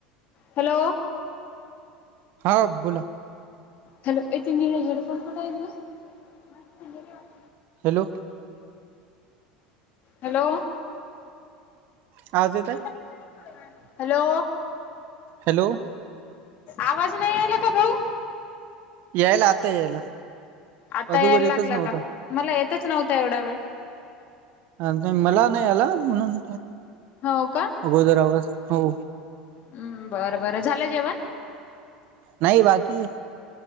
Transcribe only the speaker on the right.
हा बोला
हॅलो
आवाज येत आहे?
हॅलो
यायला आता यायला.
अदोगर
येतच
नव्हता
अ मला नाही आला म्हणून
अगोदर आवाज हो,
नाही बाकी हे